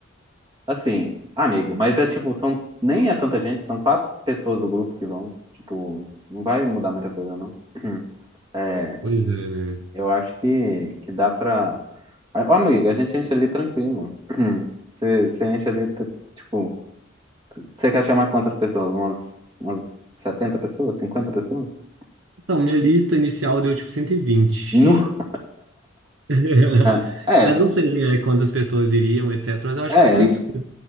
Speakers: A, on the right; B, on the right.
A: assim, amigo, mas é tipo, são, nem é tanta gente, são quatro pessoas do grupo que vão. Tipo, não vai mudar muita coisa, não. <clears throat>
B: Pois é, né?
A: Eu acho que, que dá pra. Ó, amigo, a gente enche ali tranquilo. <clears throat> Você, você enche ali, t- tipo. Você quer chamar quantas pessoas? Umas, umas 70 pessoas? 50 pessoas?
B: Então, minha lista inicial deu tipo 120,
A: Nu!
B: <laughs>
A: É, é.
B: Mas não sei, né, quantas pessoas iriam, etc. Mas eu acho
A: é.
B: que vai ser isso.